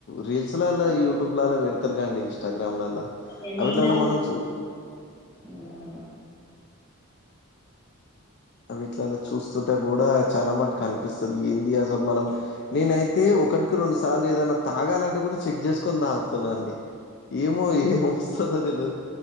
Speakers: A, on the left; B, on the left.
A: రీల్స్లాలా యూట్యూబ్ లా పెడతారు గా అండి ఇన్స్టాగ్రామ్లలా
B: అదే నేను
A: అవిట్లాలో
B: అలా
A: మన చు
B: హ్మ్.
A: అ వీటిలలా చూస్తుంటే కూడా చాలా మటు కనిపిస్తది ఏంది అసలు మనం నేనైతే ఒకటికి రెండు సార్లు ఏదైనా తాగాలంటే కూడా చెక్ చేసుకొని తాగుతున్నాండి ఏమో ఏమో వస్తదొ తెలువది